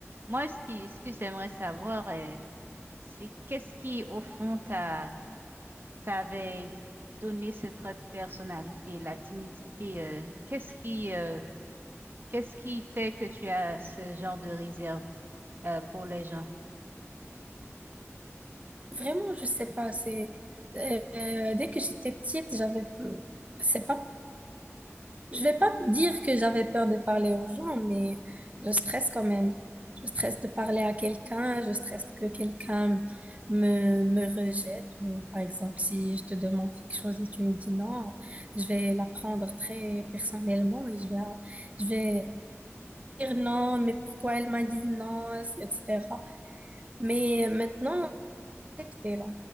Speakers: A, on the right; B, on the right.
A: moi, ce qui, ce que j'aimerais savoir, euh, c'est qu'est-ce qui, au fond, t'a, t'avait donné ce trait de personnalité, la timidité. euh, qu'est-ce qui, euh, qu'est-ce qui fait que tu as ce genre de réserve euh, pour les gens?
B: vraiment, je sais pas. C'est euh, euh, dès que j'étais petite, j'avais, c'est pas Je vais pas dire que j'avais peur de parler aux gens, mais je stresse quand même. Je stresse de parler à quelqu'un, je stresse que quelqu'un me, me rejette, ou par exemple, si je te demande quelque chose et tu me dis non, je vais la prendre très personnellement et je vais, je vais dire non, mais pourquoi elle m'a dit non, etc. Mais maintenant, j'ai accepté là.